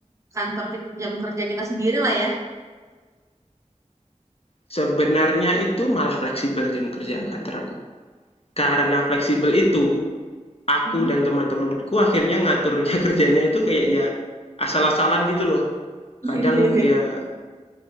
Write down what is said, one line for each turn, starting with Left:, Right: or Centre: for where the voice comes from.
Right: kantor kita, jam kerja kita sendiri lah ya
Left: Sebenarnya itu malah fleksibel jam kerja kantor aku. Karena fleksibel itu, aku
Right: Mhm.
Left: dan teman-temanku akhirnya ngaturnya <laughs> kerjanya itu kayak ya asal-asalan gitu loh. Kadang
Right: <laughs>
Left: ya